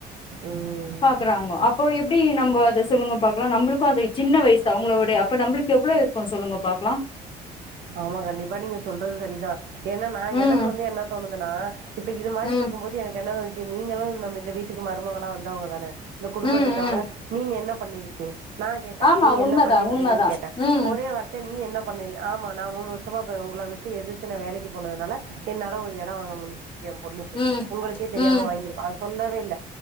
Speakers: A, on the right; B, on the left.
A: ம்
B: பா க்குறாங்கோ அப்போ எப்டி நம்போ அத சொல்லுங்க பாக்கலா நம்பளுக்கு அது சின்ன வயசு அவுங்களோவோடவே அப்ப நம்பளுக் கு எவ்வளோ இருக்கு சொல்லுங்க பாக்கலா
A: ஆமா கண்டிப்பா நீங்க சொல்றது சரிதா என்னன்னா
B: ம்
A: எனக்கு வந்து என்ன தோணுதுன்னா இப்ப இது மாரி
B: ம்
A: இருக்கும்போது எனக்கு என்ன தோணுச்சு நீங்களு நம்ம இந்த வீட்டுக்கு மருமகளா வந்தவங்க தான இந்த குடும்பத்துக்காக
B: ம் ம்
A: நீங்க என்ன பண்ணிருக்கீங்க நா கேட்ட
B: ஆமா
A: நீங்க
B: உண்மதா
A: என்ன பண்ணிருக்கீங்கன்னு
B: உண்மதா
A: கேட்ட
B: ம்
A: ஒரே வார்த்த நீ என்ன பண்ண ஆமா நா மூணு வருஷமா இப்ப உங்கள விட்டு எதிர்த்து நா வேலைக்கு போனதுனால என்னால ஒரு எட வாங்க முடிஞ்சுச் ஏ பொண்ணுக்கு
B: ம்
A: உங்களுக்கே தெரியாம
B: ம்
A: வாங்கிருக்கோ அது சொல்லவே இல்ல